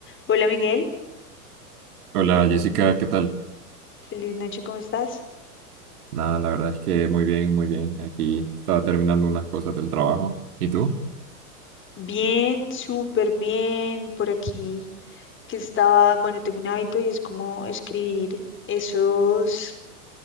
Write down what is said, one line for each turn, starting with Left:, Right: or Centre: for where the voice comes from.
Left: Hola Miguel,
Right: Hola Jessica, ¿qué tal?
Left: feliz noche, ¿cómo estás?
Right: Nada, la verdad es que muy bien, muy bien. Aquí estaba terminando unas cosas del trabajo. ¿Y tú?
Left: Bien, súper bien, por aquí que estaba, bueno, tengo un hábito y es como escribir esos,